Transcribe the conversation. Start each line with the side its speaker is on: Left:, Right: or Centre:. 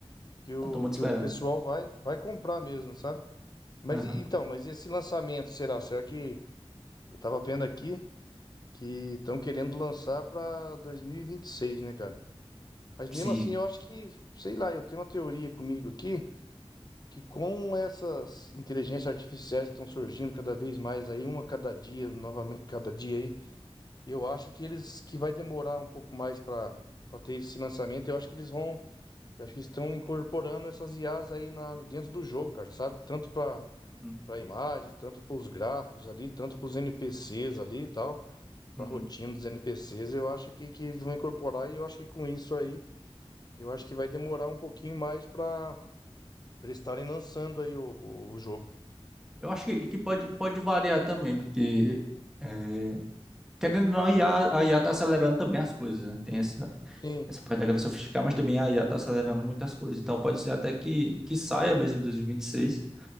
Left: que, o,
Centre: Eu tô muito
Left: que
Centre: esperando.
Left: o pessoal vai, vai comprar mesmo, sabe? Mas
Centre: Aham.
Left: e- então, mas esse lançamento será? Será que eu tava vendo aqui que estão querendo lançar para 2026, né, cara? Mas mesmo
Centre: Sim.
Left: assim, eu acho que, sei lá, eu tenho uma teoria comigo aqui que com essas inteligências artificiais que estão surgindo cada vez mais aí, uma cada dia, novamente, cada dia aí, eu acho que eles que vai demorar um pouco mais para para ter esse lançamento. Eu acho que eles vão, eu acho que estão incorporando essas IAs aí na, dentro do jogo, cara, sabe? Tanto para
Centre: Hum,
Left: para a imagem, tanto para os gráficos ali, tanto para os NPCs ali e tal, para
Centre: uhum.
Left: a rotina dos NPCs, eu acho que, que eles vão incorporar e eu acho que com isso aí, eu acho que vai demorar um pouquinho mais para eles estarem lançando aí o, o, o jogo.
Centre: Eu acho que, que pode, pode variar também, porque é, querendo ou não, a IA, a IA tá acelerando também as coisas, né? Tem essa,
Left: Sim,
Centre: essa parte da galera sofisticar, mas também a IA tá acelerando muitas coisas. Então pode ser até que, que saia mesmo em 2026. E vinte e seis.